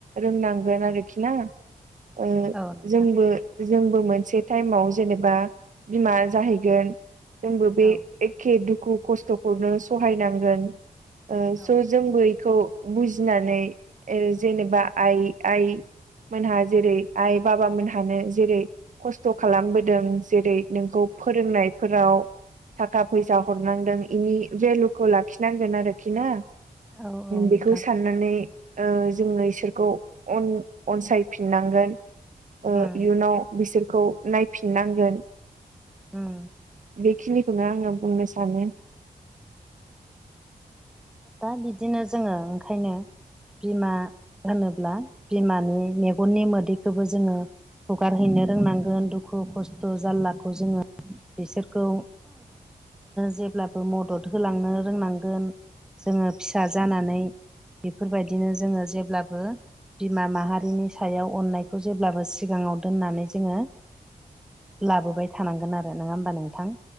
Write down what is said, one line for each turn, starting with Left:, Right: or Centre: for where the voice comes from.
Right: रोंनांगोन आरोखि ना ओ
Centre: औ नोंथां
Right: जोंबो जोंबो मोनसे टाइमाव जेनेबा बिमा जाहैगोन जोंबो बे
Centre: औ
Right: एखे दुखु खस्थ'खौनो सहायनांगोन ओ
Centre: औ
Right: स' जोंबो बेखौ बुजिनानै जेनेबा आइ आइ मोनहा जेरै आइ बाबा मोनहानो जेरै खस्थ' खालामबोदों जेरै नोंखौ फोरोंनायफोराव थाखा फैसा हरनांदों बेनि भेलुखौ लाखिनांगोन आरोखि ना।
Centre: औ औ नोंथां
Right: बेखौ सान नानै जोङो इसोरखौ अनसायफिननांगोन। ओ
Centre: उम
Right: इयुनाव बिसोरखौ नायफिननांगोन।
Centre: उम
Right: बेखिनिखौनो आङो बुंनो सानो।
Centre: दा बिदिनो जोङो ओंखायनो बिमा होनोब्ला बिमानि मेगननि मोदैखौबो जोङो हुगारहैनो रोंनांगोन दुखु खस्थ' जारलाखौ जोङो बिसोरखौ जेब्लाबो मदद होलांनो रोंनांगोन जोङो फिसा जानानै बेफोरबायदिनो जोङो जेब्लाबो बिमा माहारिनि सायाव अननायखौ जेब्लाबो सिगाङाव दोननानै जोङो लाबोबाय थानांगोन आरो नङा होमबा नोंथां